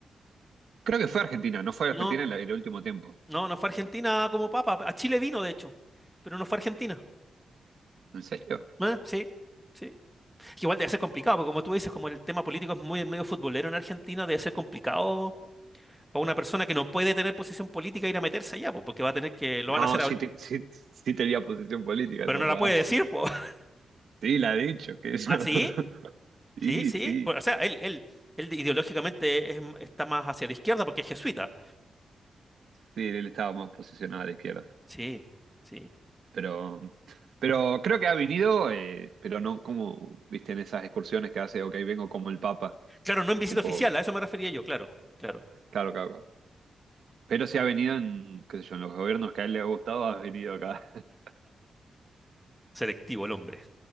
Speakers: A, on the right; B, in the centre.
A: Creo que fue Argentina, no fue
B: No,
A: Argentina en la- en el último tiempo.
B: no, no fue a Argentina como papa. A Chile vino, de hecho, pero no fue a Argentina.
A: ¿En serio?
B: Ah, Sí, sí. Igual debe ser complicado, porque como tú dices, como el tema político es muy medio futbolero en Argentina, debe ser complicado para una persona que no puede tener posición política ir a meterse allá, pues, porque va a tener que, lo
A: No,
B: van a hacer,
A: sí,
B: habl-
A: te- sí, sí tenía posición política
B: pero
A: el papá.
B: no la puede decir,
A: <laughs>
B: pues. <laughs>
A: Sí, la ha dicho, que eso.
B: ¿Ah,
A: <laughs>
B: sí? Sí,
A: Sí,
B: sí.
A: sí,
B: Pues, o sea, él, él, él ideológicamente es- está más hacia la izquierda porque es jesuita.
A: sí, él estaba más posicionado a la izquierda.
B: Sí, sí.
A: Pero, pero creo que ha venido, eh, pero no como, viste, en esas excursiones que hace, ok, vengo como el Papa.
B: Claro, no en visita
A: Tipo,
B: oficial, a eso me refería yo, claro, claro.
A: claro, claro, claro. Pero sí ha venido en, qué sé yo, en los gobiernos que a él le ha gustado, ha venido acá. <laughs>
B: Selectivo el hombre.